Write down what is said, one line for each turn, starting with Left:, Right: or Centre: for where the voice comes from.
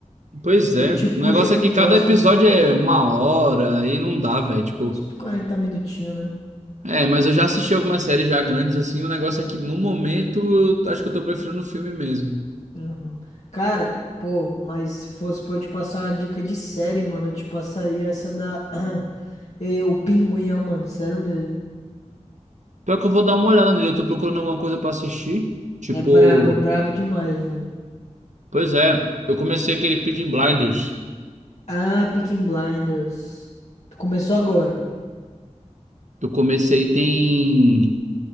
Right: Pois
Left: Tipo,
Right: é.
Left: te puxa
Right: O negócio
Left: pro
Right: é que
Left: próximo,
Right: cada episódio é uma hora, aí não dá, velho. Tipo,
Left: uns 40 minutinhos, né?
Right: é, mas eu já assisti algumas séries já grandes, assim. O negócio é que no momento, eu acho que eu tô preferindo o filme mesmo.
Left: Uhum. Cara, pô, mas se fosse pra eu te passar uma dica de série, mano, eu te passaria essa da, <clears throat> eh, o Pinguim, ó, mano, sério mesmo.
Right: Pior que eu vou dar uma olhada nele, eu tô procurando alguma coisa pra assistir. Tipo.
Left: É brabo, é brabo demais, mano.
Right: Pois é, eu comecei aquele Peaky Blinders.
Left: Ah, Peaky Blinders. Tu começou agora.
Right: Eu comecei tem